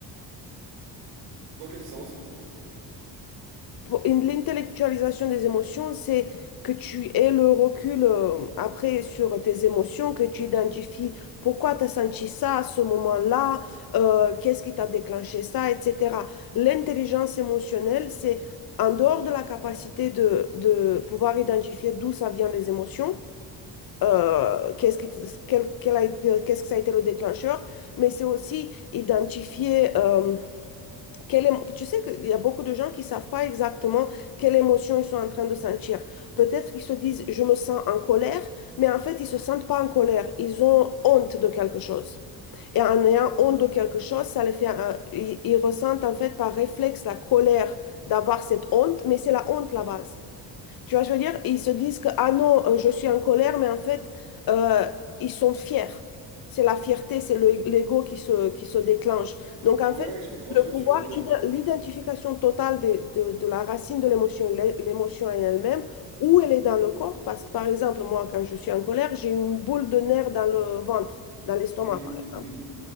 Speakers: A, on the right; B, on the left.
A: dans quel sens?
B: L'intellectualisation des émotions, c'est que tu aies le recul euh, après sur tes émotions, que tu identifies pourquoi tu as senti ça à ce moment-là, euh, qu'est-ce qui t'a déclenché ça, etc. L'intelligence émotionnelle, c'est en dehors de la capacité de, de pouvoir identifier d'où ça vient les émotions, euh, qu'est-ce qui- quel- quel a été- qu'est-ce que ça a été le déclencheur, mais c'est aussi identifier... euh, quelle émo- Tu sais qu'il y a beaucoup de gens qui ne savent pas exactement quelle émotion ils sont en train de sentir. Peut-être qu'ils se disent, je me sens en colère, mais en fait, ils ne se sentent pas en colère. Ils ont honte de quelque chose. Et en ayant honte de quelque chose, ça les fait, euh, ils, ils ressentent en fait par réflexe la colère d'avoir cette honte, mais c'est la honte la base. Tu vois, je veux dire, ils se disent que, ah non, euh, je suis en colère, mais en fait, euh, ils sont fiers. C'est la fierté, c'est le- l'ego qui se, qui se déclenche. Donc, en
A: Ouais,
B: fait,
A: je comprends
B: le
A: ce que tu
B: pouvoir,
A: veux dire.
B: ide- l'identification totale de, de- de la racine de l'émotion, l'é- l'émotion en elle-même, où elle est dans le corps. Parce que, par exemple, moi, quand je suis en colère, j'ai une boule de nerfs dans le ventre, dans l'estomac,
A: Mhm,
B: par exemple.
A: mhm.